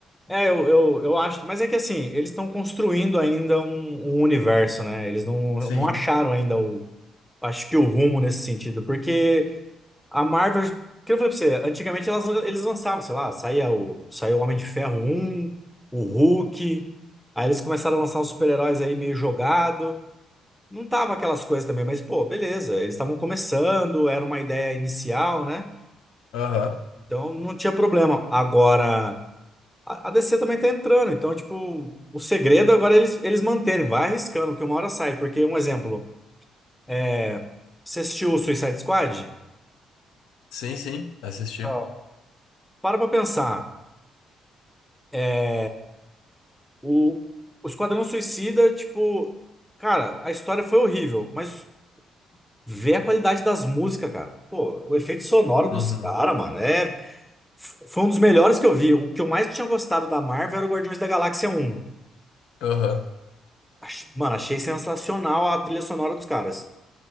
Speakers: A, in the centre; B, on the left.
A: É, eu, eu, eu acho. Mas é que assim, eles estão construindo ainda um, um universo, né? Eles não,
B: Sim.
A: não acharam ainda o. Acho que o rumo nesse sentido. Porque a Marvel. Que eu falei pra você, antigamente elas, eles lançavam, sei lá, saía o, saía o Homem de Ferro um, o Hulk. Aí eles começaram a lançar os super-heróis aí meio jogado. Não tava aquelas coisas também, mas pô, beleza. Eles estavam começando, era uma ideia inicial, né?
B: Aham.
A: Então não tinha problema. Agora, a, a DC também tá entrando. Então, tipo, o segredo agora é eles, eles manterem. Vai arriscando, que uma hora sai. Porque, um exemplo, é, você assistiu o Suicide Squad?
B: Sim, sim, assisti.
A: Não. Para pra pensar. É, O, o Esquadrão Suicida, tipo, cara, a história foi horrível, mas vê a qualidade das músicas, cara. Pô, o efeito sonoro dos
B: Uhum.
A: caras, mano, é. f- Foi um dos melhores que eu vi. O que eu mais tinha gostado da Marvel era o Guardiões da Galáxia um
B: Aham.
A: Ach- Mano, achei sensacional a trilha sonora dos caras.